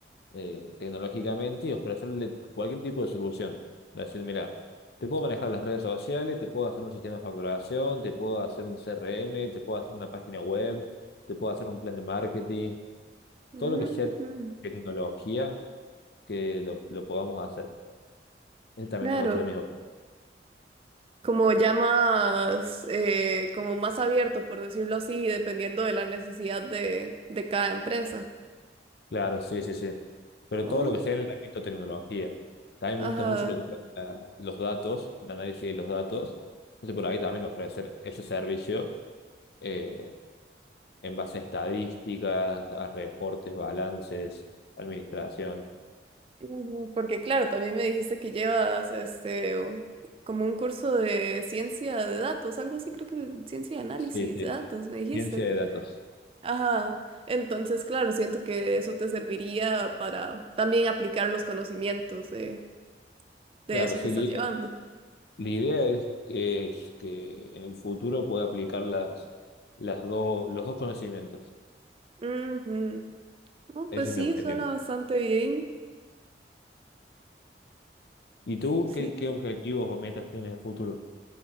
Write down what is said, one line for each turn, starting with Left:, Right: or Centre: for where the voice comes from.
Left: eh, tecnológicamente y ofrecerle cualquier tipo de solución. Decir, mira, te puedo manejar las redes sociales, te puedo hacer un sistema de facturación, te puedo hacer un CRM, te puedo hacer una página web, te puedo hacer un plan de marketing,
Right: Ujú.
Left: todo lo que sea tecnología que lo, lo podamos hacer. Ese también
Right: Claro,
Left: es otro de mis... ob-
Right: como ya más, eh, como más abierto, por decirlo así, dependiendo de la necesidad de, de cada empresa.
Left: Claro, sí, sí, sí. Pero
Right: Ok.
Left: todo lo que sea en el ámbito de tecnología. También
Right: Ajá.
Left: me gusta mucho lo que la- los datos, el análisis de los datos. Entonces, por ahí también ofrecer ese servicio eh, en base a estadísticas, a reportes, balances, administración.
Right: Ujú, Porque claro, también me dijiste que llevas este u- como un curso de ciencia de datos, algo así creo que ciencia de análisis
Left: Sí, sí,
Right: de datos, me dijiste.
Left: ciencia de datos.
Right: Ajá. Entonces, claro, siento que eso te serviría para también aplicar los conocimientos de, de
Left: Claro,
Right: eso
Left: sí,
Right: que estás
Left: la idea
Right: llevando.
Left: la idea es que, es que en el futuro pueda aplicar las, las dos los dos conocimientos.
Right: Ujú. No,
Left: Ese
Right: pues
Left: es
Right: sí,
Left: mi objetivo.
Right: suena bastante bien.
Left: ¿Y tú
Right: sí,
Left: qué, qué objetivos o metas tienes de futuro?